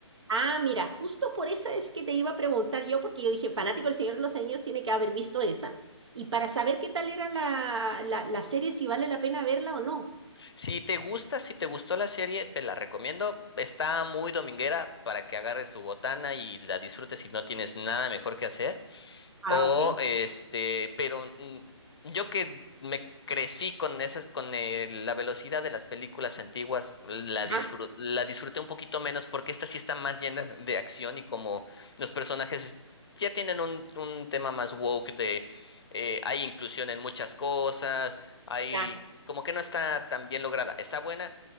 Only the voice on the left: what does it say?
Si te gusta, si te gustó la serie, te la recomiendo. Está muy dominguera para que agarres tu botana y la disfrutes si no tienes nada mejor que hacer.
O
este, pero mm, yo que me crecí con esas, con el- la velocidad de las películas antiguas, la
disfru- la disfruté un poquito menos porque esta sí está más llena <laughs> de acción y como los personajes es- ya tienen un, un tema más woke de eh, hay inclusión en muchas cosas, hay
como que no está tan bien lograda. Está buena,